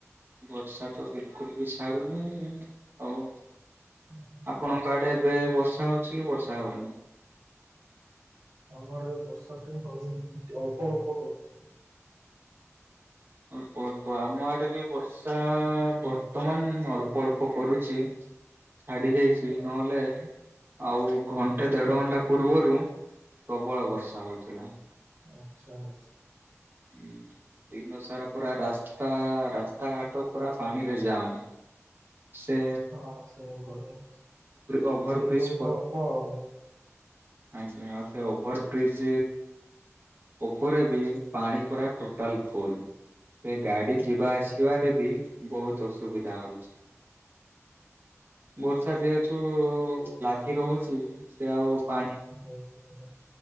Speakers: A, on the right (about 45°); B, on the right (about 85°).
A: ବର୍ଷା ତ ବିଲକୁଲ୍ ବି ଛାଡୁନି ଆଉ
B: ହୁଁ,
A: ଆପଣଙ୍କ ଆଡେ କେବେ ବର୍ଷା ହଉଚି କି ବର୍ଷା ହଉନି।
B: ଆମର ଏ ବର୍ଷା ଟିକେ ହଉ ଅଳ୍ପ ଅଳ୍ପ କରୁଚି।
A: ଅଳ୍ପ ଅଳ୍ପ ଆମ ଆଡେ ବି ବଷ୍ ବର୍ଷା ବର୍ତ୍ତମାନ୍ ଅଳ୍ପ ଅଳ୍ପ କରୁଚି ଛାଡି ଯାଇଛି। କି
B: ହଁ,
A: ନ ହେଲେ ଆଉ ଘଣ୍ଟେ ଦେଢ ଘଣ୍ଟା ପୂର୍ବରୁ ପ୍ରବଳ ବର୍ଷା ହଉଥିଲା।
B: ଆଚ୍ଛା ଆଚ୍ଛା। ଆଚ୍ଛା।
A: ହୁଁ। ଦିନସାରା ପୁରା ରାସ୍ତା ରାସ୍ତାଘାଟ ପୁରା ପାଣିରେ ଜାମ୍। ସେ
B: ହଁ ସେଇଭଳି ଅଛି
A: ଓଭର
B: ସେଇଭଳି
A: ବ୍ରିଜ
B: ତ ହବ ଆଉ।
A: ଆଜ୍ଞା। ଆଉ ସେ ଓଭରବ୍ରିଜ୍ ଉପରେ ବି ପାଣି ପୁରା ଟୋଟାଲ୍ ଫୁଲ୍ ସେ ଗାଡ୍ ଗାଡି ରେ ଯିବା
B: ଆଚ୍ଛା।
A: ଆସିବାରେ ବି ବହୁତୁ ଅସୁବିଧା ହଉଚି, ବର୍ଷା ଯେହେତୁ ଲାଗି ରହୁଚି ସେ ଆଉ ପାଣି
B: ହଉଚି ଆଜ୍ଞା।